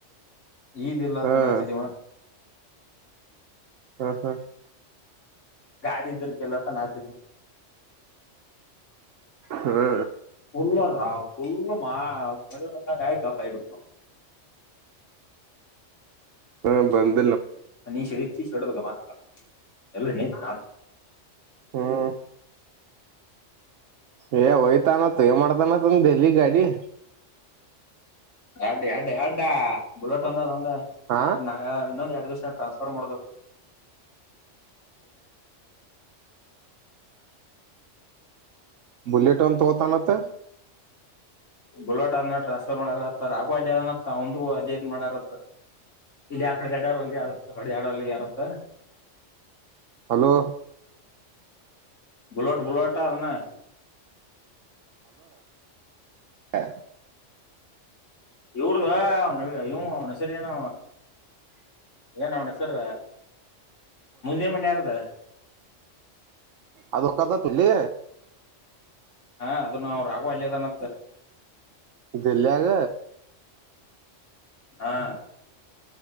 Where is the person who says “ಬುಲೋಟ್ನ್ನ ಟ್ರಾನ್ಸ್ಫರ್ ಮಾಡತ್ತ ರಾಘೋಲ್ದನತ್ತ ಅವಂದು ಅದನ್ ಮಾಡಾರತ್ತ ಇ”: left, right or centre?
Left